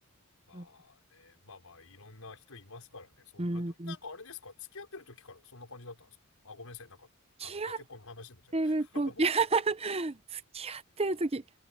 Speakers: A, on the left (about 75°); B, on the right (about 25°).
A: まあね、
B: そう
A: まあまあ、いろんな人いますからね。そん、
B: うん。
A: あ、でもなんかあれですか付き合ってる時からそんな感じだったんですかあ、ごめんなさい。なんか、あの、
B: 付き合っ
A: ご結婚の話になっちゃう。
B: てる時 <laughs> 付き合ってる時